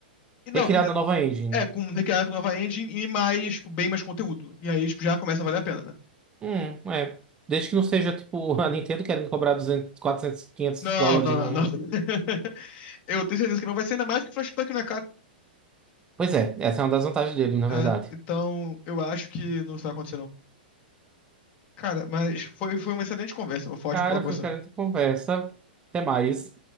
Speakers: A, on the left; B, on the right.
A: E não,
B: recriado
A: com.
B: na nova engine.
A: É, com recriar com nova engine e mais, tipo, bem mais conteúdo. E aí, tipo, já começa a valer a pena, né?
B: Hum, é. Desde que não seja tipo <laughs> a Nintendo querendo cobrar 200 400 500
A: Não,
B: dólares
A: não,
B: e
A: não,
B: não.
A: não. <laughs> Eu tenho certeza que não vai ser ainda mais porque Flashpunk não é caro.
B: Pois é, essa é uma das vantagens dele, na
A: É,
B: verdade.
A: então, eu acho que não vai acontecer, não. Cara, mas foi, foi uma excelente conversa. Foi ótimo
B: Cara,
A: falar com
B: foi
A: você.
B: querendo conversa. Até mais.